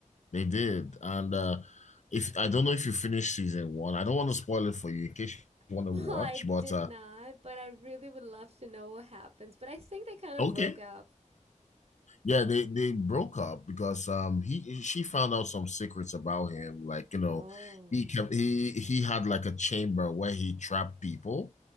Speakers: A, on the left; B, on the right.
A: They did. And uh if I don't know if you finished season one. I don't want to spoil it for you in case you
B: <laughs>
A: want to
B: Well,
A: watch,
B: I
A: but
B: did
A: uh
B: not, but I really would love to know what happens. But I think they kind
A: okay.
B: of broke up.
A: Yeah, they they broke up because um he she found out some secrets about him. Like, you know,
B: Oh,
A: he kept he he had like a chamber where he trapped people